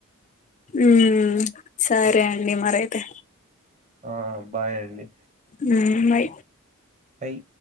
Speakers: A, on the left; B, on the right.
A: ఉ సరే అండి మరైతే
B: ఆ బాయ్ అండి
A: ఉ మై
B: అయి